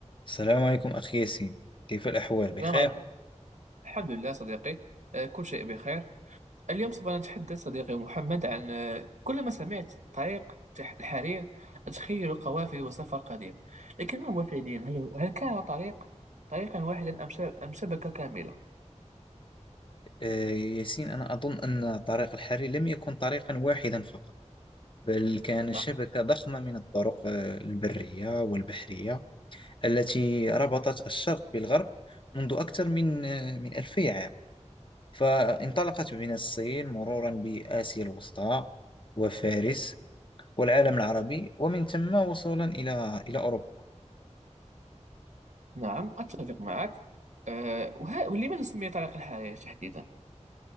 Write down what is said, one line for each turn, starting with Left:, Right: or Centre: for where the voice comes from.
Left: السلام عليكم أخي ياسين كيف الأحوال بخير؟
Right: السلام عليكم الحمد لله صديقي آه، كل شيء بخير اليوم سوف نتحدث صديقي محمد عن آه، كلما سمعت طريق تح- الحرير أتخيل قوافل وسفر قديم لكن ما هو فعليا هل هل كان طريق طريقا واحدا أم شب- أم شبكة كاملة
Left: آه ياسين أنا أظن أن طريق الحرير لم يكن طريقا واحدا فقط بل كان
Right: نعم
Left: شبكة ضخمة من الطرق آه، البرية والبحرية التي ربطت الشرق بالغرب منذ أكثر من آه، من 2000 عام فانطلقت من الصين مرورا بآسيا الوسطى وفارس والعالم العربي ومن ثم وصولا إلى إلى أوروبا
Right: نعم أتفق معك أه وه- ولماذا سمي طريق الحرير تحديدا